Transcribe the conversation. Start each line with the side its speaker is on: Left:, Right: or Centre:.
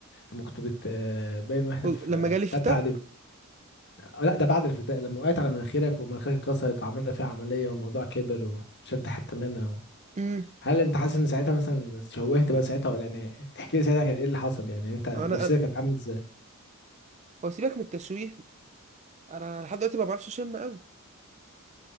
Left: لما كنت بت آه، باين واحنا
Right: لما
Left: في
Right: جالي
Left: في
Right: شتاء
Left: تالتة اعدادي آه، لا ده بعد الفتاة لما وقعت على مناخيرك ومناخيرك اتكسرت وعملنا فيها عملية والموضوع كبر وشلت حتة منها و...
Right: امم
Left: هل انت حاسس ان ساعتها مثلا شوهت بقى ساعتها ولا يعني احكي لي ساعتها كان ايه اللي حصل يعني انت
Right: انا
Left: نفسيتك
Right: أنا-
Left: كانت عامله ازاي
Right: هو سيبك من التشويه انا لحد دلوقتي ما بعرفش اشم قوي